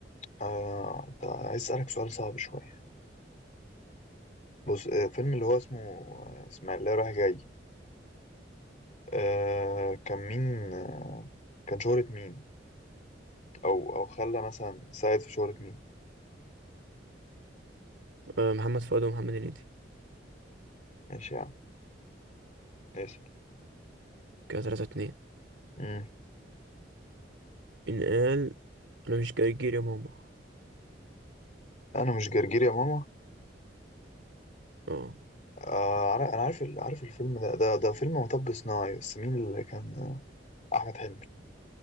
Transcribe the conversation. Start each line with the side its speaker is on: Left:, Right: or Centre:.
Left: آه، طيب، عايز أسألك سؤال صعب شوية بص آه، فيلم اللي هو اسمه آه، إسماعيلية رايح جاي آه، كان مين آه، كان شهرة مين أو أو خلى مثلا ساعد في شهرة مين
Right: أه محمد فؤاد ومحمد هنيدي
Left: ماشي يا عم اسأل
Right: كده تلاتة اتنين
Left: مم.
Right: إن قال أنا مش جرجير يا ماما
Left: أنا مش جرجير يا ماما
Right: اه
Left: آه، عار- أنا عارف ال- عارف الفيلم ده ده ده فيلم مطب صناعي بس مين اللي كان آه، أحمد حلمي